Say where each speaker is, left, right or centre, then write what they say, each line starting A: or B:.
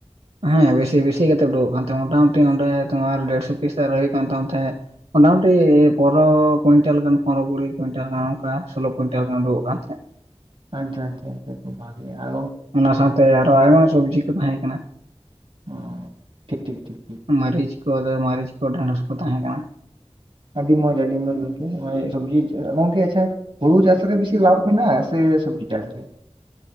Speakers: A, on the right; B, on the right.
A: ᱦᱮᱸ ᱵᱮᱥᱤ ᱵᱮᱥᱤ ᱠᱟᱛᱮᱫ ᱩᱰᱩᱠᱚᱜ ᱠᱟᱱ ᱛᱟᱦᱮ ᱢᱳᱚᱴᱟᱢᱩᱴᱤ ᱚᱸᱰᱮ ᱛᱳᱢᱟᱨ ᱰᱮᱲᱥᱚ ᱯᱤᱥ ᱨᱮ ᱦᱩᱭᱩᱜᱠᱟᱱ ᱛᱟᱢ ᱛᱟᱦᱮᱸᱡᱼᱼ <unintelligible> ᱢᱚᱴᱟᱢᱩᱴᱤ ᱯᱚᱱᱨᱚ ᱠᱩᱭᱤᱱᱴᱟᱞ ᱜᱟᱱ ᱯᱚᱱᱨᱚ ᱠᱩᱲᱤ ᱠᱩᱭᱱᱴᱟᱞ ᱜᱟᱱ ᱚᱱᱠᱟ ᱥᱳᱞᱳ ᱠᱩᱭᱱᱴᱟᱞ ᱜᱟᱱ ᱩᱰᱩᱵᱴᱜᱚᱜ ᱠᱟᱱ ᱛᱟᱦᱮᱸᱫ᱾
B: ᱟᱪᱪᱷᱟ ᱟᱪᱪᱷᱟ ᱠᱷᱩᱵ ᱵᱷᱟᱜᱮ ᱟᱨᱼᱼ
A: ᱚᱱᱟ ᱥᱟᱶᱛᱮ ᱟᱨᱚ ᱟᱭᱢᱟ ᱥᱚᱵᱡᱤ ᱠᱚ ᱛᱟᱦᱮᱸᱠᱟᱱᱟ᱾
B: ᱚ ᱴᱷᱤᱠ ᱴᱷᱤᱠ ᱴᱷᱤᱠ ᱴᱷᱤᱠ
A: ᱢᱟᱨᱟᱹᱨᱤᱪ ᱠᱚ ᱟᱫᱚ ᱢᱟᱨᱟᱹᱨᱤᱪ ᱠᱚ ᱰᱷᱸᱲᱚᱥ ᱠᱚ ᱛᱟᱦᱮᱸ ᱠᱟᱱᱟ᱾
B: ᱟᱹᱰᱤ ᱢᱚᱸᱡᱽ ᱟᱹᱰᱤ ᱢᱚᱸᱡᱽ ᱜᱚᱝᱠᱮ ᱱᱚᱸᱜ-ᱚᱭ ᱥᱚᱵᱡᱤ ᱜᱚᱝᱠᱮ ᱟᱪᱪᱷᱟᱼᱼ ᱦᱩᱲᱩ ᱪᱟᱥ ᱨᱮ ᱵᱮᱥᱤ ᱞᱟᱵᱷ ᱢᱮᱱᱟᱜᱼᱟ ᱥᱮ ᱥᱚᱵᱡᱤ ᱪᱟᱥ ᱨᱮ?